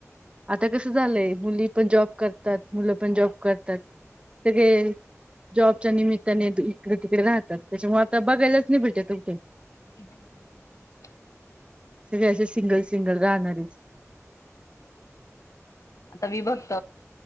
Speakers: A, on the right; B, on the left.
A: आता कस झाल य? मुली पण जॉब करतात, मुलं पण जॉब करतात सगळे जॉबच्या निमित्ताने इकडे तिकडे राहतात. त्याच्यामुळे आता बघायलाच नाही भेटत कुठे?
B: ह <inaudible>
A: सगळे असे, सिंगल सिंगल राहणारेच.
B: आता वीभक्त